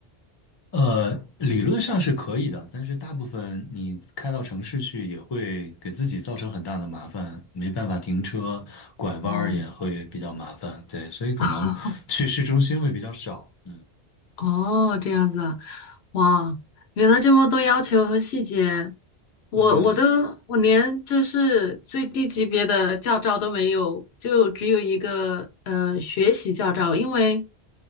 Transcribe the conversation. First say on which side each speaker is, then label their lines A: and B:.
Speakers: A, on the left; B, on the left.
A: 呃，理论上是可以的，但是大部分你开到城市去也会给自己造成很大的麻烦，没办法停车，拐弯儿也会比较麻烦。
B: 哦，
A: 对，所以可能去市中心会比较少。
B: <laughs>
A: 嗯
B: 哦，这样子啊，哇，原来这么多要求和细节，我我都我连就是最低级别的驾照都没有，
A: 嗯
B: 就只有一个呃学习驾照，因为